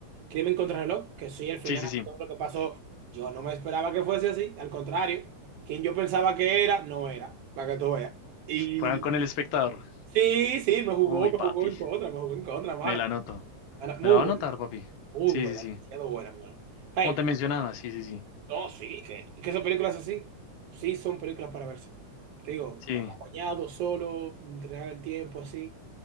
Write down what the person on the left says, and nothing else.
Sí, sí, sí.
Juegan con el espectador.
Uy,
papi,
me la anoto.
Me la va a
anotar, papi.
Sí,
sí, sí.
Como te mencionaba, sí, sí, sí.
Sí.